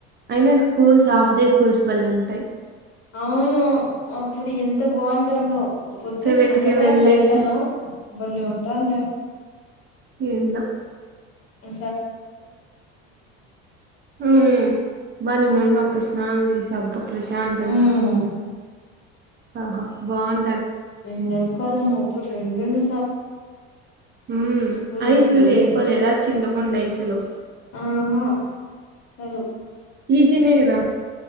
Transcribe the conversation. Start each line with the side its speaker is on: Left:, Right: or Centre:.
Right: అయినా స్కూల్స్ హాఫ్ డే స్కూల్స్ బళే ఉంటాయ్
Left: అవును అప్పుడు ఎంత బాగుంటాంన్నో పొద్దున
Right: సెవెన్
Left: అట్లా
Right: కే
Left: బోయి
Right: వెళ్ళేసి
Left: అట్లా వస్తాను బలే ఉంటాండ
Right: ఏందో
Left: అ
Right: ఊమ్ బాగ నిమ్మలంగా అప్పుడు స్నానంచేసి టబ్బు ప్రశాంతంగా
Left: ఉమ్
Right: ఆహా బాగుం
Left: ఎండకాలం అప్పుడు రెండ్‌రెండు
Right: హ్మ్
Left: స్కూల్కి
Right: ఐస్
Left: పోయేది
Right: లు చేసుకోలేదా చిన్న పొండైసులు
Left: ఆహా రదు
Right: ఈజీనే కదా